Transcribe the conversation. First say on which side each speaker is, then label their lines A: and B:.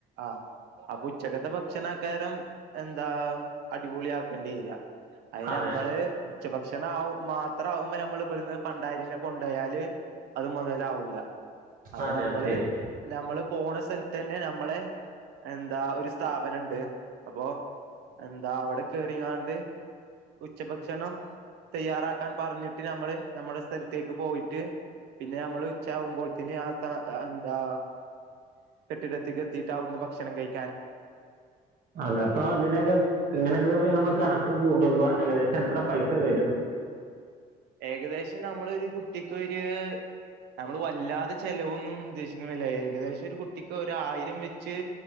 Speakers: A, on the right; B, on the right.
A: ആഹ അപ്പൊ ഉച്ചകത്തെ ഭക്ഷണക്കാരം എന്താ അടിപൊളി ആക്കേണ്ടി വരിക അതിന്
B: അതെ
A: നമ്മള് ഉച്ചഭക്ഷണം ആ മാ അത്ര ആകുമ്പോ നമ്മൾ ഇവിടെന്ന് പണ്ടരിനെ കൊണ്ടപോയാല് അത് മുതലാവൂല അപ്പൊ
B: അതെ
A: നമ്മള്
B: അത് ശരി
A: നമ്മള് പോണ സ്ഥലത്ത് തന്നെ നമ്മളെ എന്താ ഒരു സ്ഥാപനുണ്ട് അപ്പൊ എന്താ അവിടെ കയറിങ്ങാണ്ട് ഉച്ചഭക്ഷണം തയ്യാറാക്കാൻ പറഞ്ഞിട്ട് നമ്മള് നമ്മുടെ സ്ഥലത്തേക്ക് പോയി. റ്റ് പിന്നെ നമ്മള് ഉച്ചാവുമ്പോൾത്തിന് ആ അന്താ കെട്ടിടത്തികത്തിയിട്ട് അവിടുന്ന് ഭക്ഷണം കഴി
B: അതെ അപ്പൊ അതിനെക്ക ഇങ്ങനെയൊക്കെ പിന്നെ നമ്മ കണക്ക് കൂട്ടുമ്പോ ഏകദേശം എത്ര പൈസ വരും
A: ഏകദേശം നമ്മളൊരു കുട്ടിക്ക് ഒര് നമ്മള് വല്ലാതെ ചെലവൊന്നും ഉദ്ദേശിക്കണില്ല ഏകദേശം ഒരു കുട്ടിക്ക് ഒരായിരം വെച്ച്